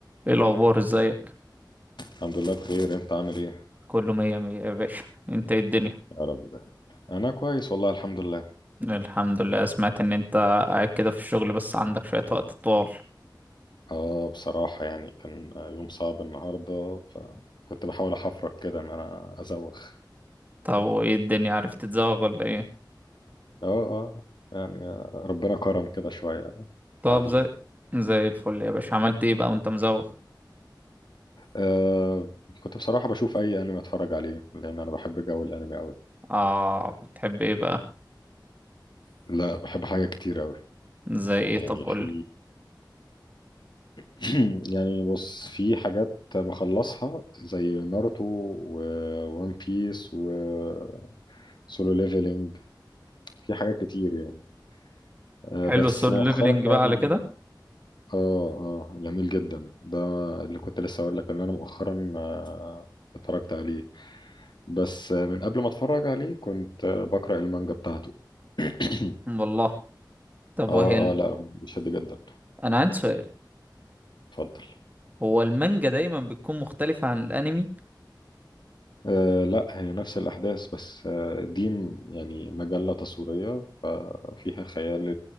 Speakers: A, on the right; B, on the left.
A: ايه الاخبار ازيك
B: الحمد لله بخير انت عامل ايه
A: كله مية مية يا باشا انت ايه الدنيا
B: يا رب دايما انا كويس والله الحمد لله
A: الحمد لله سمعت ان انت قاعد كده في الشغل بس عندك شوية وقت طوال
B: اه بصراحة يعني كان يوم صعب النهاردة فكنت بحاول احفرك كده ان انا ازوخ
A: طب وايه الدنيا عرفت تتزوغ ولا ايه
B: اه اه يعني ربنا كرم كده شوية
A: طب
B: قاعدين
A: زي زي الفل يا باشا عملت ايه بقى وانت مزوغ
B: آه كنت بصراحة بشوف اي انمي اتفرج عليه لان انا بحب جو الانمي قوي
A: اه بتحب ايه بقى
B: لا بحب حاجات كتير قوي
A: زي ايه
B: يعني
A: طب قولي
B: في <clears throat> يعني بص في حاجات مخلصها زي ناروتو وون بيس وسولو ليفلنج في حاجات كتير يعني آه،
A: حلو
B: بس
A: السول
B: مؤخرا
A: ليفلينج
B: يعني
A: بقى على كده
B: اه اه جميل جدا ده اللي كنت لسه اقول لك ان انا مؤخرا آه، اتفرجت عليه بس آه، من قبل ما اتفرج عليه كنت آه، بقرأ المانجا بتاعته <coughs> <clears throat>
A: والله طب
B: اه
A: وهي ال...
B: اه لا بيشد جدا
A: انا عندي سؤال
B: اتفضل
A: هو المانجا دايما بتكون مختلفة عن الانمي
B: آه لا هي نفس الأحداث بس آه دي م- يعني مجلة تصويرية ففيها خيال